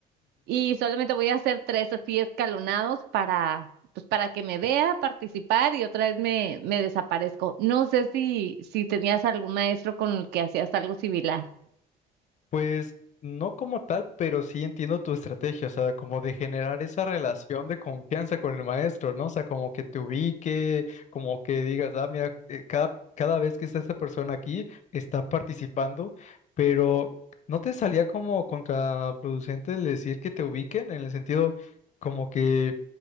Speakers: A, on the right; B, on the left.
A: y solamente voy a hacer tres así escalonados para, pues, para que me vea participar y otra vez me, me desaparezco. No sé si, si tenías algún maestro con el que hacías algo similar.
B: Pues no como tal, pero sí entiendo tu estrategia, o sea, como de generar esa relación de confianza con el maestro, ¿no? O sea, como que te ubique, como que digas, ah, mira, eh, cada, cada vez que está esta persona aquí, está participando, pero ¿no te salía como contraproducente el decir que te ubiquen en el sentido como que